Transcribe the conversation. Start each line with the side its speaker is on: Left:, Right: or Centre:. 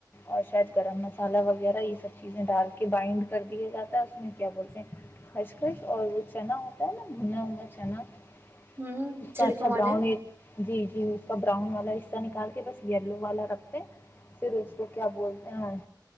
Left: اور شاید گرم مسالہ وغیرہ یہ سب چیزیں ڈال کے بائنڈ کر دیا جاتا ہے اس میں کیا بولتے ہیں خشخش اور وہ چنا ہوتا ہے نا <inaudible> ان ہوچانا <inaudible>
Right: ہوں
Left: اس
Right: چھلکوں
Left: کا اچھا
Right: والے
Left: براؤن ای جی جی اس کا براؤن والا حصہ نکال کے بس یلو والا رکھتے ہیں پھر اس کو کیا بولتے ہیں